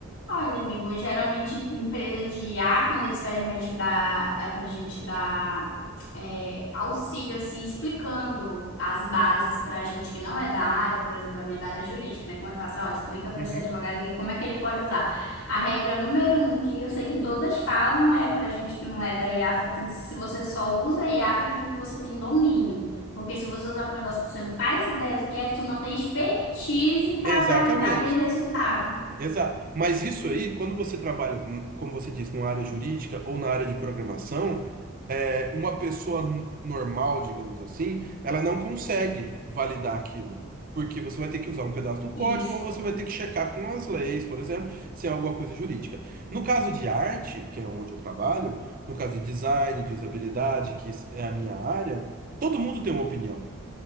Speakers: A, on the left; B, on the right.
A: Olha, amigo, geralmente em- empresa de IA, quando eles pedem pra gente dar, é, pra gente dar é, auxílio, assim, explicando as bases pra gente que não é da área, por exemplo, a minha é da área jurídica, né? Como é fácil, ó, explica pra
B: Uhum.
A: esse advogado aqui como é que ele pode usar. A regra número um, que eu sei que todas falam, é pra gente que não é da IA, fala assim, se você só usa I a IA para aquilo que você tem domínio. Porque se você usar para um negócio que você não faz ideia do que é, tu não tem expertise para
B: Exatamente.
A: validar aquele resultado.
B: Exato. Mas isso aí, quando você trabalha, hum, como você disse, numa área jurídica ou na área de programação, é, uma pessoa n- normal, digamos assim, ela não consegue validar aquilo. Porque você vai ter que usar um pedaço do código
A: Isso.
B: ou você vai ter que checar com as leis, por exemplo, se é alguma coisa jurídica. No caso de arte, que é onde eu trabalho, no caso de design, de usabilidade, que é a minha área, todo mundo tem uma opinião.